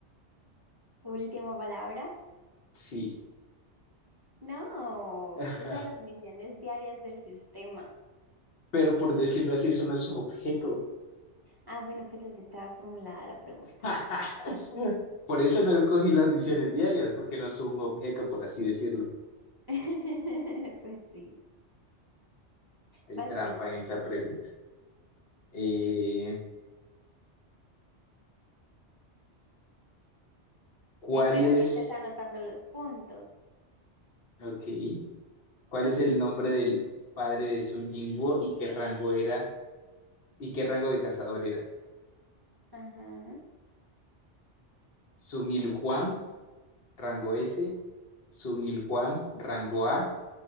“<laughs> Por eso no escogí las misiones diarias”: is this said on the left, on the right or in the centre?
Left